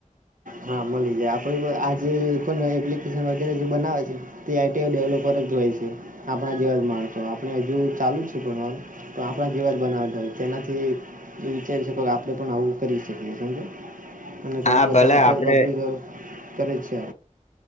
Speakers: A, on the right; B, on the left.
A: હા મલી જાય આપ આજે પણ એપ્લિકેશન વગેરે જે બનાવે છે તે આઈટી ડેવલપર જ હોય છે. આપણા જેવા જ માણસો આપણે હજુ ચાલુ જ છે ભનવાનું તો આપણા જેવા જ બનાવવાતા હોય તેનાથી વિચારી શકો કે આપણે પણ આવું કરી શકીએ સમજો. અને ઘણા
B: હા
A: બધા
B: ભલે આપડે
A: પબ્લિક <unintelligible> કરે છે.